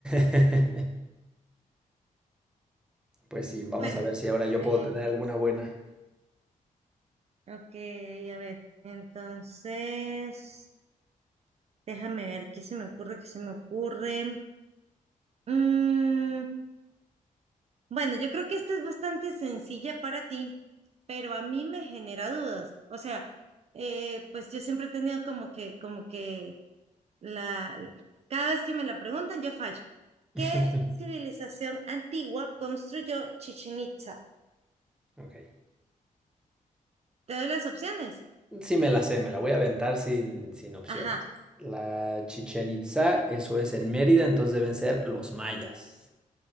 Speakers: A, in the centre; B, on the right.
A: <laughs> Pues sí, vamos
B: Bueno,
A: a ver si ahora yo
B: eh,
A: puedo tener alguna buena.
B: Ok, a ver, entonces, déjame ver qué se me ocurre, qué se me ocurre. Mm, bueno, yo creo que esta es bastante sencilla para ti, pero a mí me genera dudas. O sea, eh, pues yo siempre he tenido como que, como que la, cada vez que me la preguntan, yo fallo.
A: <laughs>
B: ¿Qué civilización antigua construyó Chichen Itza?
A: Ok.
B: Te doy las opciones.
A: Sí me la sé, me la voy a aventar sin, sin opciones.
B: Ajá.
A: La Chichen Itza, eso es en Mérida, entonces deben ser los mayas.